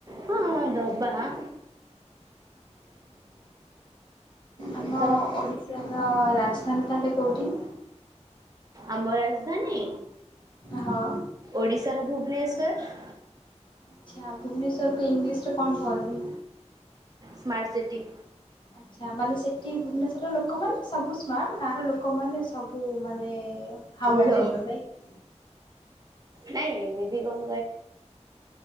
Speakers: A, on the right; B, on the left.
A: ହଁ ବାହା
B: ଆମ
A: ତ
B: ଓଡିଶାର ରାଜଧାନୀ ତାହେଲେ କୋଉଠି?
A: ଆମର ରାଜଧାନୀ
B: ହଁ।
A: ଓଡିଶାର ଭୁବନେଶ୍ଵର।
B: ଆଚ୍ଛା, ଭୁବନେଶ୍ୱରକୁ ଇଂଲିଶରେ କଣ କୁହନ୍ତି?
A: ସ୍ମାର୍ଟ୍ ସିଟି
B: ଆଛା, ମାନେ ସେଠି ଭୁବନେଶ୍ୱର ଲୋକମାନେ ସବୁ ସ୍ମାର୍ଟ, ଗାଁର ଲୋକମାନେ ସବୁ ମାନେ ହଉଡା
A: ଲୋ
B: ଟାଇପର ନାଇକି?
A: ନାଇଁ ଏମିତି କଣ